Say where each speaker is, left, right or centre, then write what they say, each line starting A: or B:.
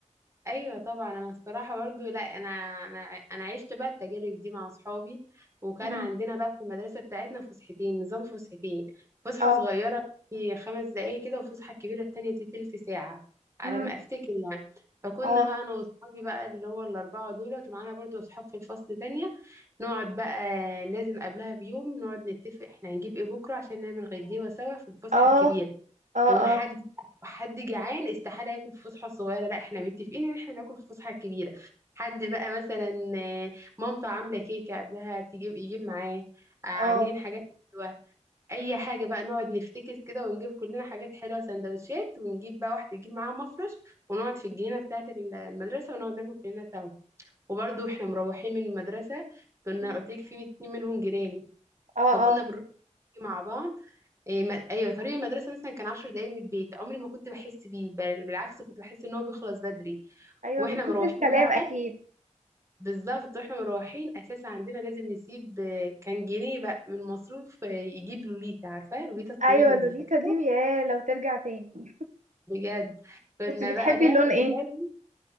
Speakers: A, on the right; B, on the right.
A: ايوه طبعا انا الصراحه برضو لا انا انا انا عشت بقى التجارب دي مع اصحابي وكان
B: مم.
A: عندنا بقى في المدرسه بتاعتنا فسحتين نظام فسحتين فسحه
B: اه
A: صغيره في خمس دقائق كده وفسحه كبيره التانية دي تلت ساعه على
B: مم.
A: ما افتكر يعني فكنا
B: اه
A: بقى انا واصحابي بقى اللي هو الاربعه دول ومعانا برضو اصحاب في الفصل تانية نقعد بقى لازم قبلها بيوم نقعد نتفق احنا هنجيب ايه بكره عشان نعمل غديوه سوا في الفسحه
B: اه
A: الكبيره
B: اه
A: ومحد
B: اه
A: حد جعان استحاله ياكل في فسحه صغيره لا احنا متفقين ان احنا ناكل في فسحه كبيره حد بقى مثلا آه، مامته عامله كيكه قبلها تجيب يجيب معاه آه، عاملين
B: اه
A: حاجات حلوه اي
B: مم.
A: حاجه بقى نقعد نفتكس كده ونجيب كلنا حاجات حلوه سندوتشات ونجيب بقى واحده تجيب معاها مفرش ونقعد في الجنينه بتاعه ال- المدرسه ونقعد ناكل كلنا سوا وبرضه احنا مروحين من المدرسه كنا
B: مم.
A: قلت لك في اتنين منهم جيراني
B: اه
A: فكنا
B: اه
A: بنروح نيجي مع بعض إيه ما... ايوه طريق المدرسه مثلا كان عشر دقايق من البيت عمري ما كنت بحس بيه بل بالعكس كنت بحس ان هو بيخلص بدري
B: ايوه
A: واحنا
B: من كتر
A: مروحين
B: الكلام
A: بقى
B: اكيد
A: <laughs> بالظبط واحنا مروحين اساسا عندنا لازم نسيب آه، كان جنيه بقى من مصروف آه، يجيب لوليتا عارفه لوليتا الطويله
B: ايوه لوليتا
A: دي فاكره
B: دي يا لو ترجع تاني
A: بجد كنا
B: كنت بتحبي
A: بقى لازم
B: اللون ايه
A: لازم